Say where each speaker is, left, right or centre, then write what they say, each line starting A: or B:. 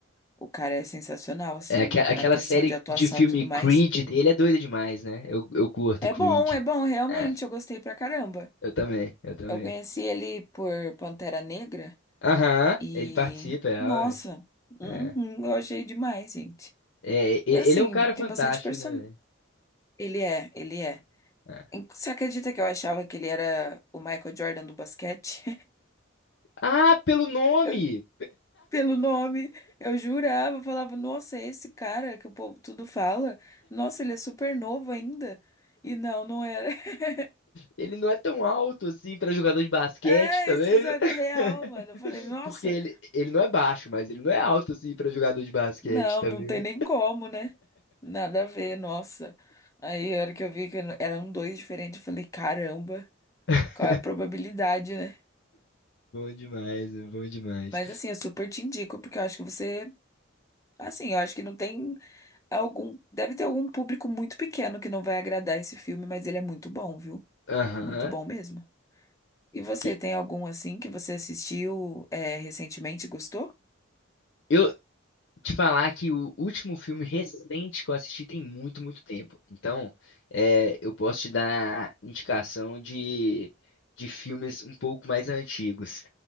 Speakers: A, on the left (about 15°); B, on the left (about 65°).
A: O cara é sensacional, assim,
B: É, aque- aquela
A: na questão
B: série
A: de atuação
B: de filme
A: e tudo mais.
B: Creed dele é doida demais, né? Eu, eu curto
A: É
B: Creed.
A: bom, é bom, realmente.
B: É,
A: Eu gostei pra caramba.
B: eu também, eu também.
A: Eu conheci ele por Pantera Negra
B: Aham,
A: e.
B: ele participa, é,
A: Nossa,
B: ó,
A: uhum,
B: é.
A: eu achei demais, gente.
B: É, e-
A: E assim,
B: ele é um cara
A: tem
B: fantástico,
A: bastante person...
B: né, velho?
A: Ele é, ele é.
B: É, é.
A: Você acredita que eu achava que ele era o Michael Jordan do basquete?
B: Ah, pelo nome!
A: <laughs> pelo nome. Eu jurava, eu falava, nossa, é esse cara que o povo tudo fala. Nossa, ele é super novo ainda. E não, não era. <laughs>
B: Ele não é tão alto assim pra jogador de basquete,
A: É,
B: tá vendo?
A: isso é real,
B: <laughs>
A: mano. Eu falei, nossa,
B: Porque ele, ele não é baixo, mas ele não é alto assim pra jogador de basquete,
A: não,
B: tá
A: não
B: vendo?
A: tem nem como, né? Nada a ver, nossa. Aí, a hora que eu vi que eram dois diferentes, eu falei, caramba,
B: <laughs>
A: qual é a probabilidade, né?
B: Bom demais, meu, bom demais.
A: Mas assim, eu super te indico, porque eu acho que você. Assim, eu acho que não tem algum. Deve ter algum público muito pequeno que não vai agradar esse filme, mas ele é muito bom, viu?
B: Aham.
A: Muito bom mesmo. E você,
B: E
A: tem algum assim que você assistiu é, recentemente e gostou?
B: Eu te falar que o último filme recente que eu assisti tem muito, muito tempo. Então, é, eu posso te dar indicação de, de filmes um pouco mais antigos.